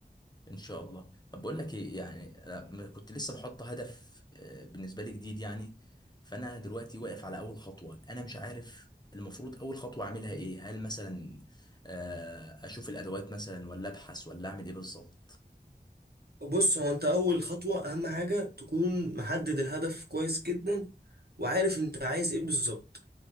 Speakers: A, on the left (about 25°); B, on the right (about 65°).
A: ان شاء الله طب بقول لك ايه يعني لما كنت لسه بحط هدف آه، بالنسبة لي جديد يعني فانا دلوقتي واقف على اول خطوة انا مش عارف المفروض اول خطوة اعملها ايه هل مثلا آه، اشوف الادوات مثلا ولا ابحث ولا اعمل ايه بالظبط
B: بص هو انت اول خطوة اهم حاجة تكون محدد الهدف كويس جدا وعارف انت عايز ايه بالظبط